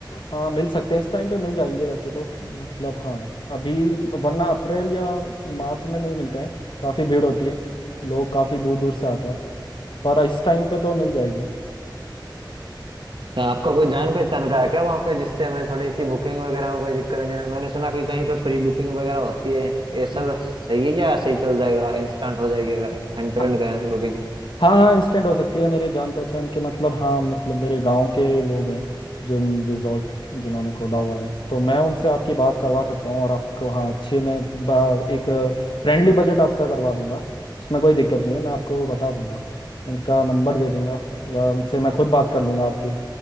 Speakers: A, on the left; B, on the right.
A: हाँ मिल सकते हैं इस टाइम पे मिल जाएंगे वैसे तो मतलब हाँ अभी वरना अप्रैल या मार्च में नहीं मिलते हैं काफ़ी भीड़ होती है लोग काफ़ी दूर दूर से आते हैं पर इस टाइम पे तो मिल जाएगी
B: क्या आपका कोई जान पहचान का है क्या वहाँ पे जिससे हमें थोड़ी सी बुकिंग वगैरह में कोई दिक्कत नहीं है मैंने सुना कि कहीं पे प्री बुकिंग वगैरह होती है ये सब
A: हम्म।
B: सही है या सही चल जाएगा इंस्टेंट हो जाएगी अगर हैंड टू
A: हाँ,
B: हैंड गए तो बुकिंग
A: हाँ हाँ इंस्टेंट हो सकती है मेरे जान पहचान के मतलब हाँ मतलब मेरे गांव के लोग हैं जो रिजॉर्ट जिन्होंने खोला हुआ है तो मैं उनसे आपकी बात करवा सकता हूँ और आपको हाँ अच्छे मैं बा- एक फ्रेंडली बजट आपका करवा दूंगा उसमें कोई दिक्कत नहीं है मैं आपको बता दूंगा उनका नंबर दे दूंगा या उनसे मैं खुद बात कर लूंगा आपकी